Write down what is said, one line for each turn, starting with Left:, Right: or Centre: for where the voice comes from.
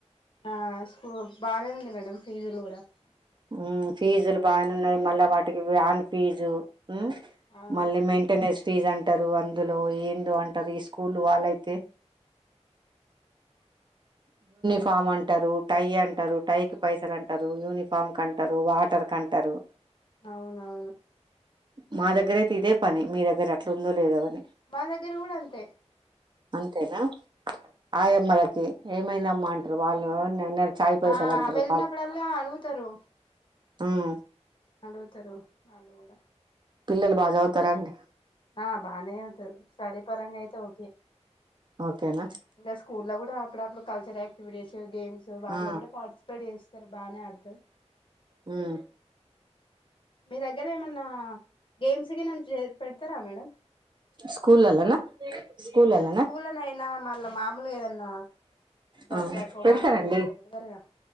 Left: ఆ స్కూ బాగానే ఉంది. మేడం ఫీజులు కూడా
Right: ఉం ఫీజులు బాగానేఉన్నాయ్ మళ్ళా వాటికి వ్యాన్ ఫీజు ఉం
Left: అవును
Right: మళ్ళీ మెయింటెనెన్స్ ఫీజ్ అంట తరు అందులో ఏ ఇందో అంటారు ఈ స్కూల్ వాళ్ళయితే ఫామ్ అంటారు, టై అంటారు, టై కి పైసలు అంటారు, యూనిఫామ్ కంటారు వాటర్ కంటారు.
Left: అవునవును
Right: మా దగ్గర అయితే ఇదే పని మీ దగ్గర అట్లా ఉందో లేదో. అని
Left: మా దగ్గేర గూడ అంతే
Right: అంతేనా ఆయమ్మలకి ఏమైంది ఆమ్మా అంటారు. వాళ్ళు <unintelligible>
Left: ఆ
Right: అంటారు
Left: వెళ్ళినప్పుడల్లా అడుగుతారు.
Right: ఉం
Left: అడుగుతారు వాళ్ళు కూడా
Right: పిల్లలు బాగ చదువుతార అండి
Left: ఆ బాగానే చదువుతారు స్టడీ పరంగా అయితే ఓకే.
Right: ఓకేనా
Left: ఇంకా స్కూల్ లో కూడా అప్పుడప్పుడు కల్చరల్ యాక్టివిటీస్ గేమ్స్ వాటిలో
Right: ఆ
Left: కూడా పార్టిసిపేట్ చేస్త సరే బాగనే అర్థం
Right: ఉమ్
Left: మీ దగ్గర ఏమ నా గేమ్స్ గిన్ న పెట్ ఇస్తర మేడమ్
Right: స్కూల్ లోనేనా స్కూల్ లోనేనా
Left: స్కూల్లోనయినా మళ్ళా మామూలుగా ఏదన్నా దసరాకో
Right: ఆ పెడతారండి
Left: వాటికో వీటికో పెడతారుగా